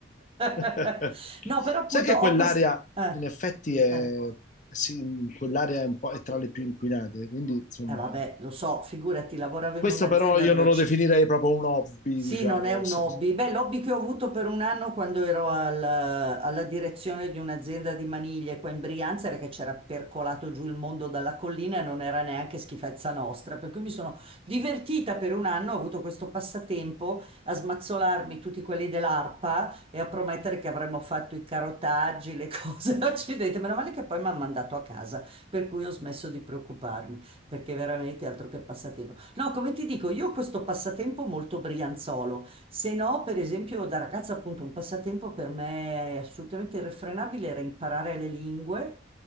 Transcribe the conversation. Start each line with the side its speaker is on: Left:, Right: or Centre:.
Left: <laughs>
Right: <laughs> No, però appunto
Left: Sai che
Right: ho
Left: quell'area
Right: questo... Eh,
Left: in effetti è,
Right: eh,
Left: sì, quell'area è, un po', è tra le più inquinate, quindi insomma,
Right: eh, vabbè,
Left: è-
Right: lo so, figurati, lavoravo
Left: questo
Right: in un'azienda
Left: però io
Right: dove
Left: non lo
Right: ci
Left: definirei proprio un hobby,
Right: Sì,
Left: diciamo.
Right: non è un
Left: lo so-
Right: hobby. Beh, l'hobby che ho avuto per un anno quando ero al- alla direzione di un'azienda di maniglie qua in Brianza era che c'era percolato giù il mondo dalla collina e non era neanche schifezza nostra. Per cui mi sono divertita per un anno, ho avuto questo passatempo a smazzolarmi tutti quelli dell'ARPA e a promettere che avremmo fatto i carotaggi, le cose. <laughs> Accidenti, meno male che poi mi hanno mandato a casa, per cui ho smesso di preoccuparmi, perché veramente altro che passatempo. No, come ti dico, io ho questo passatempo molto brianzolo. Se no, per esempio, da ragazza, appunto, un passatempo per me assolutamente irrefrenabile era imparare le lingue